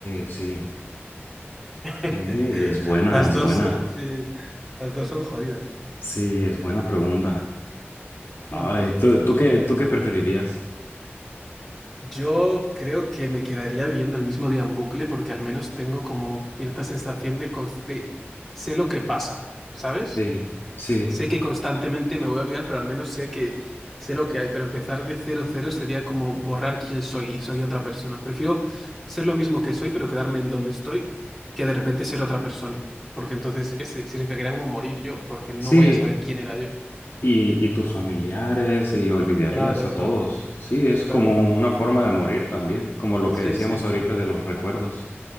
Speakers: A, on the left; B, in the centre.
A: sí.
B: <laughs>
A: Eh, es buena,
B: Las
A: es
B: dos,
A: buena.
B: son- sí, las dos son jodidas.
A: Sí, es buena pregunta. Ay,
B: Mm.
A: ¿tú, tú qué, tú qué preferirías?
B: Yo creo que me quedaría viviendo el mismo día en bucle porque al menos tengo como cierta sensación de, cons- de- sé lo que pasa, ¿sabes?
A: Sí, sí,
B: Sé que constantemente me voy a olvidar, pero al menos sé que sé lo que hay. Pero empezar de cero cero sería como borrar quién soy y soy otra persona. Prefiero ser lo mismo que soy, pero quedarme en donde estoy, que de repente ser otra persona. Porque entonces ese significaría como morir yo, porque no
A: sí.
B: voy a saber quién era yo.
A: Y, y tus familiares y olvidarías
B: Claro,
A: a
B: claro,
A: todos. Sí, es
B: claro.
A: como una forma de morir también, como lo
B: Sí,
A: que decíamos
B: sí.
A: ahorita de los recuerdos.